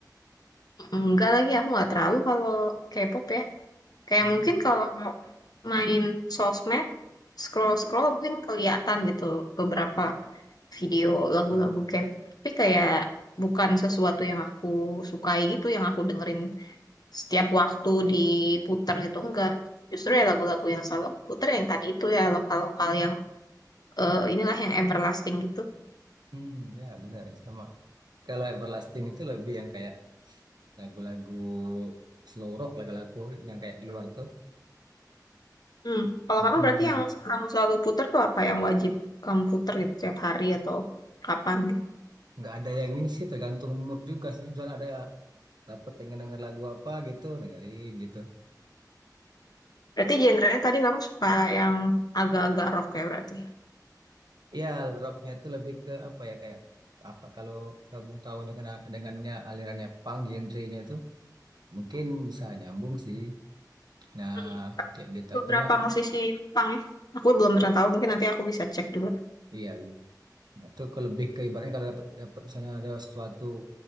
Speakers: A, on the left; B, on the right.
A: Enggak lagi aku nggak terlalu kalau K-pop ya. Kayak
B: Hmm,
A: mungkin kalau main sosmed, scroll-scroll mungkin kelihatan gitu beberapa video lagu-lagu
B: hmm,
A: K-pop. Tapi kayak bukan sesuatu yang aku sukai gitu, yang aku dengerin setiap waktu diputer gitu. Enggak. Justru ya lagu-lagu yang selalu aku puter yang tadi itu ya lokal-lokal yang eh, inilah yang everlasting gitu.
B: hmm, ya benar yang sama. Kalau Everlasting itu lebih yang kayak lagu-lagu slow rock lagu-lagu yang kayak di luar tuh.
A: Hmm. Kalau
B: mm
A: kamu berarti yang kamu selalu puter tuh apa yang wajib kamu puter gitu tiap hari atau kapan?
B: Nggak ada yang ini sih tergantung mood juga sih. Misalnya ada dapat pengen denger lagu apa gitu, dengerin gitu.
A: Berarti genre tadi kamu suka yang agak-agak rock ya berarti.
B: Ya, rocknya itu lebih ke apa ya kayak apa kalau kamu tahu dengan dengannya alirannya punk genrenya itu mungkin bisa nyambung sih. Nah,
A: Hmm.
B: kayak gitu
A: Beberapa
B: karena
A: musisi punk ya. Aku belum pernah tahu, mungkin nanti aku bisa cek juga.
B: iya iya. Nah, itu ke lebih ke ibaratnya kalau dapat dapat misalnya ada sesuatu